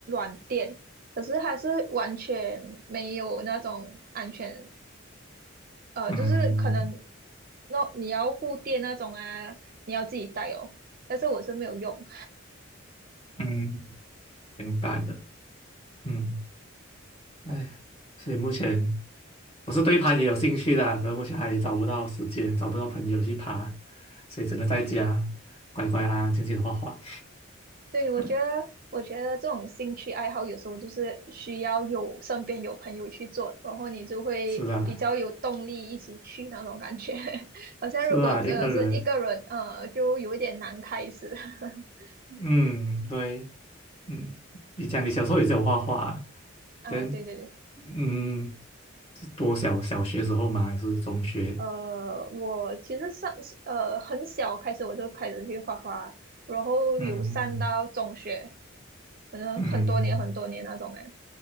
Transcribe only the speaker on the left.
嗯嗯
嗯嗯，明白的。嗯，哎，所以目前我是对攀也有兴趣的，可是目前还找不到时间，找不到朋友去爬，所以只能在家乖乖安安静静的画画。
<laughs>
是啊，
是啊，一个人，
嗯，对，嗯，你讲你小时候也是有画画啊，
对，
嗯，是多小小学时候吗？还是中学？
嗯
嗯